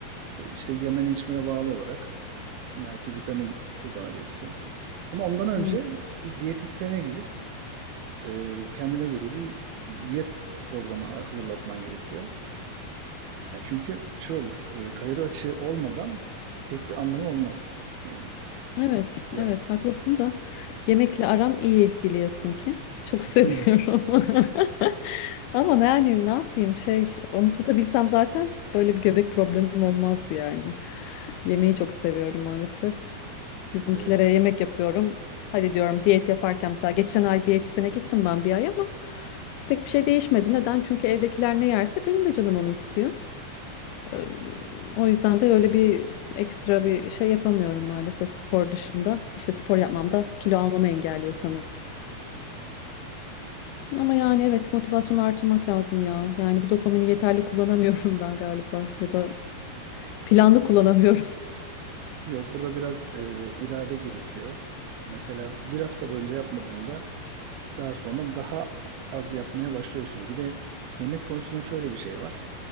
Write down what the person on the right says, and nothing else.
e, işte yemene içmene bağlı olarak belki vitamin kullanabilirsin. Ama ondan önce
bir diyetisyene gidip e, kendine göre bir diyet programı ha- hazırlatman gerekiyor. Ya çünkü şey olur, e, kalori açığı olmadan pek bir anlamı olmaz. E,
ya,
<laughs> evet,
evet.
Yok, burada biraz e, irade gerekiyor. Mesela bir hafta boyunca yapmadığında daha sonra daha az yapmaya başlıyorsun. Bir de yemek konusunda şöyle bir şey var.